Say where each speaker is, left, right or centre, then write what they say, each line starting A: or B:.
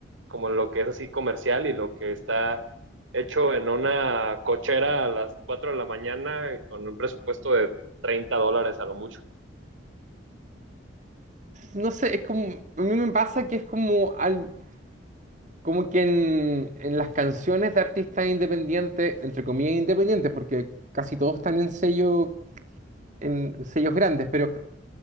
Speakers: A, on the right; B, on the right.
A: como en lo que es así comercial y lo que está hecho en una cochera a las 4 de la mañana y con un presupuesto de 30 dólares a lo mucho.
B: No sé, es como, a mí me pasa que es como, al, como que en, en las canciones de artistas independientes, entre comillas independientes, porque casi todos están en sello en sellos grandes, pero